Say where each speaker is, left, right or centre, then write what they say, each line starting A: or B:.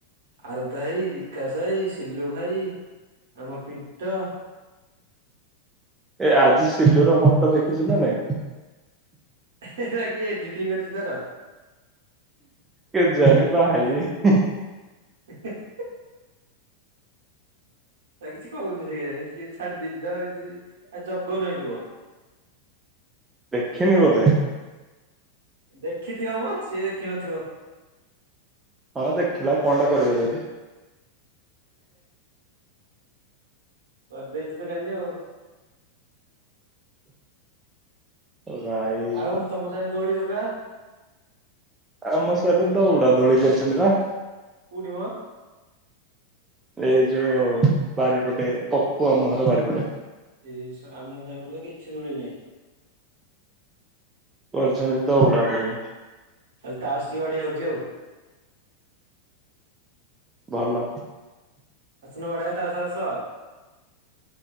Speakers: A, on the right; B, on the right.
A: ଆରତ ଭାଇ ବିକାଶ ଭାଇ ସିଲୁ ଭାଇ ଆମ ପିଣ୍ଟ
B: ଏ ଆଜି ସିଲୁର ଫଟୋ ଦେଖିଚୁନା ନାଇଁ?
A: ହେ ହେ ଏଟା କିଏ ଏଡିଟିଂ କରିଚି ତାର?
B: କେଜାଣି ଭାଇ ହେ।
A: <inaudible> ନାଁକିଛି କହୁନି ସେକେଜାଣି କିଏ ଛାଡ଼ି ଦେଇଚିତ ଆଉ ଯ ଆଉ ଜଗନ ହେଇଥିବ।
B: ଦେଖିନି ବୋଧେ।
A: ଦେଖିଥିବମ ସିଏ ଦେଖିନଥିବ।
B: ହଁ ଦେଖିଲା କଁଟେ କରିବ ଯବେ।
A: କରିଦେଇଚିତ ଜାନି ଆଉ।
B: ଭାଇ
A: ଆଉ ତମ ସାହି ଦୋଳି ହଡା।
B: ଆମ ସାଇରେତ ଉଡ଼ାଦୋଳି କରିଚନ୍ତିପା।
A: କୋଉଠିିମୋ?
B: ଏଇ ଯୋଉ ବାରିପଟେ ପପୁ ଆମୁହଁର ବାରିପଟେ।
A: ଏସଆ ଆମ ସାଇପଟେତ କିଛି ଦୋଳି ନାହିଁ।
B: କରିଛନ୍ତାତ ଉଡ଼ାଦୋଳି।
A: ତାହେଲେ ତାସ୍ ଟିକେ ବାଡ଼େଇ ହଉଚି ଆଉ।
B: ଭଲ।
A: ଆସୁନୁ ବଡ଼େଇବା ତାସ୍ ଆସ।